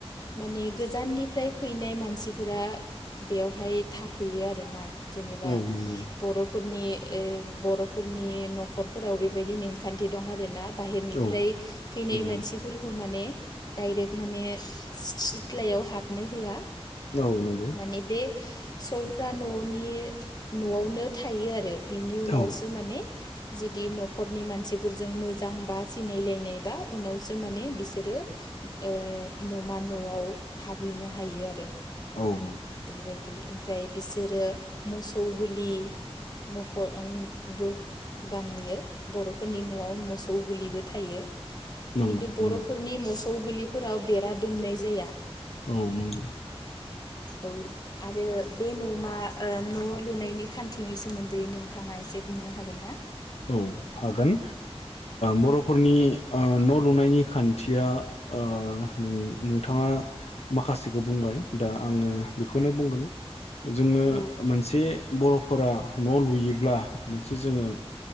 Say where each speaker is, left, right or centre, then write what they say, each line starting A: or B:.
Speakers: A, on the left; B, on the left.
A: माने गोजाननिफ्राय फैनाय मानसिफोरा बेयावहाय थाफैयो आरोना जेनेबा
B: औ नंगौ
A: बर'फोरनि ओ बर'फोरनि न'खरफोराव बेबायदि नेमखान्थि दं आरोना। बाहेरनिफ्राय
B: औ
A: फैनाय
B: नंगौ
A: मानसि फोरखौ माने डाइरेक्ट माने सिथ्लायाव हाबनो होआ।
B: औ नंगौ
A: माने बे सौफ्रा न'नि न'आवनो थायो आरो। बिनि उनावसो
B: औ
A: माने जुदि न'खरनि मानसिफोरजों मोजां बा सिनायलायनाय बा उनावसो माने बिसोरो ओ न'मा न'आव हाबहैनो हायो आरो।
B: औ नोंगौ
A: बेबायदि ओमफ्राय बिसोरो मोसौ गलि नखरबो बानायो बर'फोरनि न'आव मोसौ मोसौ गोरलिबो थायो
B: नंगौ
A: खिन्थु बर'फोरनि
B: नंगौ
A: मोसौ गलि फोराव बेरा दुमनाय जाया।
B: औ नंगौ
A: औ आरो बे न'मा न' लुनायनि खान्थिनि सोमोन्दै नोंथाङा एसे बुंनो हागोन ना?
B: औ हागोन बर'फोरनि न' लुनायनि खान्थिया ओ नोंथाङा माखासेखौ बुंबाय दा आङो बेखौनो बुंगोन जोङो
A: औ
B: मोनसे बर'फोरा न' लुयोब्ला मोनसे जोङो